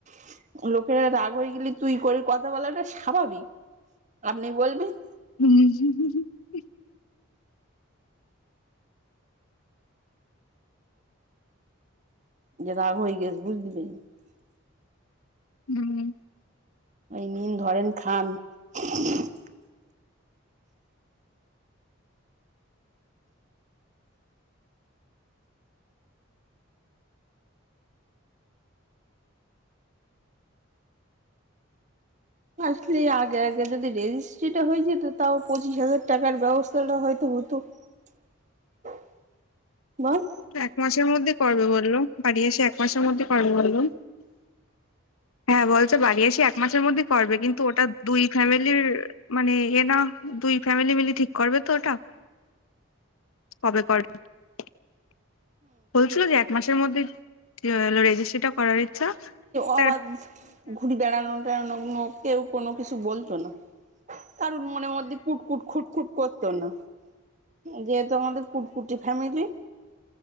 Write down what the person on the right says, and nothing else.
<inaudible>
<inaudible>
<inaudible> <inaudible>
<inaudible> <unintelligible> <unintelligible> <unintelligible>